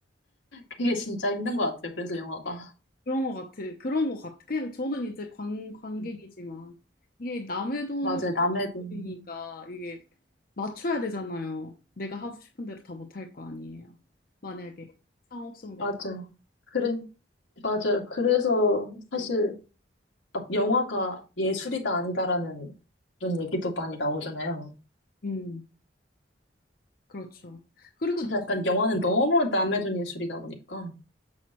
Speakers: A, on the left; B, on the left.
A: 그게 진짜 힘든 것 같아요. 그래서 영화가.
B: 그런 것 같아 그런 것 같아 그냥 저는 이제 관 관객이지만
A: 음,
B: 이게 남의
A: 맞아요. 남의
B: 돈이니까
A: 돈.
B: 이게 맞춰야 되잖아요. 내가 하고 싶은 대로 다 못할 거 아니에요. 만약에 상업성도
A: 맞아요. 그래. 맞아요. 그래서 사실 막 영화가 예술이다 아니다라는 그런 얘기도 많이 나오잖아요.
B: 음 그렇죠. 그리고
A: 그래서 약간 영화는 너무 남의 돈 예술이다 보니까.